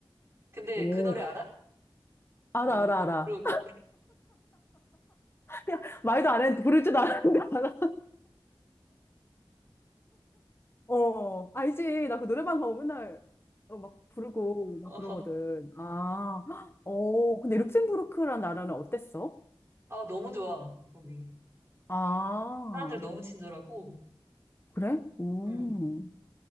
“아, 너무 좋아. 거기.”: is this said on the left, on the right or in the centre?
Right